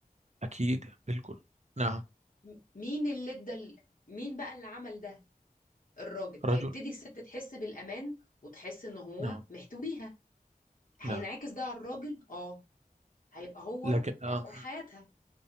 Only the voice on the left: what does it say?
م- مين اللي ادى ال- مين بقى اللي عمل ده؟ الراجل
هيبتدي الست تحس بالأمان وتحس إن هو
محتويها هينعكس
ده على الراجل اه هيبقى هو
محور حياتها